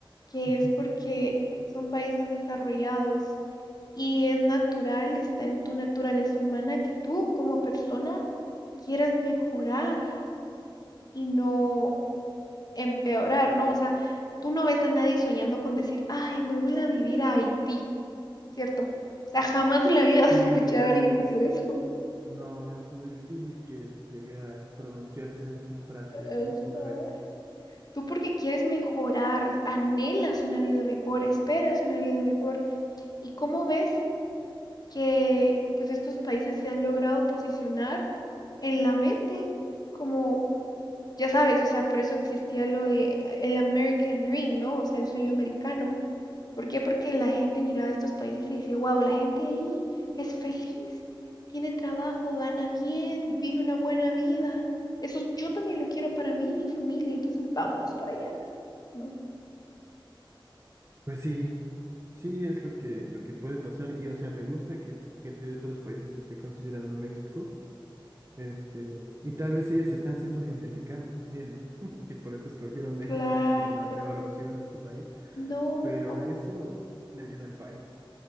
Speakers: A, on the left (about 45°); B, on the right (about 35°).
A: que
B: ujú.
A: es porque son países desarrollados y es natural, está en tu naturaleza humana que tú como persona quieras mejorar. y no empeorar, ¿no? O sea, tú no ves a nadie soñando con decir, ay, me voy a vivir a Haití, ¿cierto? O sea, jamás en la vida <laughs> vas
B: sí,
A: a escuchar
B: tal
A: a alguien
B: vez
A: decir eso.
B: no, es muy difícil que llegue a pronunciarse esa
A: <laughs>
B: frase
A: Ajá.
B: alguna vez.
A: Tú porque quieres mejorar, anhelas una vida mejor, esperas una vida mejor. ¿Y cómo ves que pues estos países se han logrado posicionar en la mente como, ya sabes, o sea, por eso existía lo de eh, el American Dream, ¿no? O sea, el sueño americano. ¿Por qué? Porque la gente miraba estos países y decía, wow, la gente ahí es feliz, tiene trabajo, gana bien, vive una buena vida. Eso yo también lo quiero para mí, mi familia, entonces vámonos para allá, ¿no?
B: Pues sí, sí es lo que, lo que puede pasar y o sea, me gusta que gente de otros países esté considerando México, este, y tal vez ellos están siendo gentrificados también, ¿no? <laughs> Y por eso escogieron México
A: Claro,
B: como una peor opción a su país,
A: no,
B: pero eso le ayuda al país.